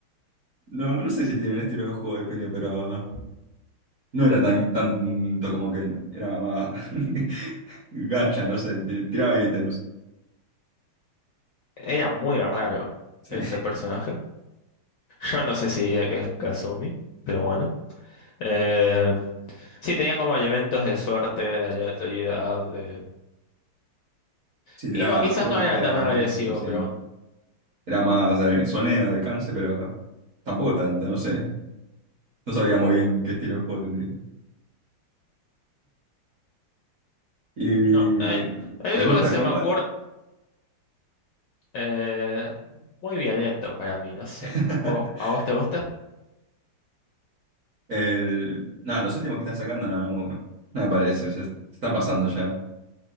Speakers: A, on the right; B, on the left.
A: No, no sé si tiene un estilo de juego de definido, pero no era tan tanto como Ken, era más <laughs> gacha, no sé, ti- tiraba ítems,
B: Era muy raro
A: sí,
B: ese personaje. Yo no sé si diría que es Kazumi, pero bueno. Eh, sí, tenía como elementos de suerte, de aleatoriedad, de...
A: Sí,
B: Y
A: tiraba
B: no, quizás
A: frutas,
B: no era
A: tiraba
B: tan
A: bananas,
B: agresivo,
A: no sé,
B: pero bueno.
A: era más eh, soneo de alcance, pero tampoco tanto, no sé, no sabía muy bien qué estilo de juego tendría. Y
B: No, eh, el
A: el
B: único
A: Mortal
B: que se
A: Kombat,
B: me ocurre, eh, muy violento para mí, no sé.
A: <laughs>
B: ¿Vo- ¿A vos te gusta?
A: el... No, los últimos que están sacando no, no me, no me parecen, se, se están pasando ya.